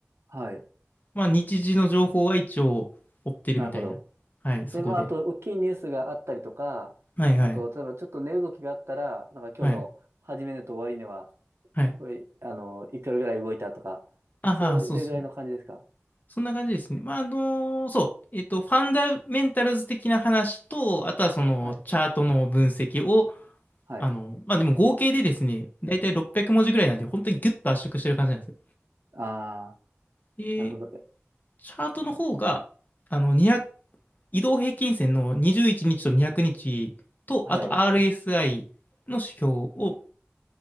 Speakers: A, on the right; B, on the left.
A: はい。
B: まあ、日時の情報は一応追ってるみたいな。
A: なるほど。
B: はい、そこで。
A: で、まあ、あと、大きいニュースがあったりとか、
B: はいはい。
A: あと、例えば、ちょっと値動きがあったら、なんか今日の始め値と終値は、
B: はい。はい。
A: これあの、いくらぐらい動いたとか、
B: ああ、
A: それぐらいの感じですか
B: そうそう。そんな感じですね。まあ、あのーそう、えっと、ファンダメンタルズ的な話と、あとはそのチャートの分析を、
A: はい。はい。
B: あの、まあでも合計でですね、だいたい600文字ぐらいなんで、本当にギュッと圧縮してる感じなんですよ。
A: ああ、
B: で、
A: なるほど。え、
B: チャートの方が、あの、2 0移動平均線の21日と200日と、
A: はい。
B: あと RSI の指標を